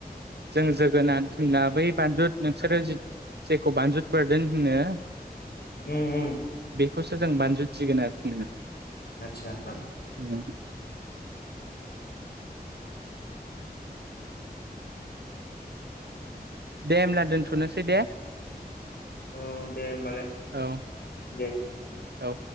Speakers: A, on the right; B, on the left.
A: जों जोगोनाथ होनला बै बानजुद नोंसोरो जेखौ बानजुद बोरदोन होनो
B: उम उम।
A: बेखौसो जों बानजुद जोगोनाथ होनो।
B: आतसा।
A: उम दे होमब्ला दोनथ'नोसै दे।
B: औ दे होमबालाय,
A: औ
B: दे।
A: औ।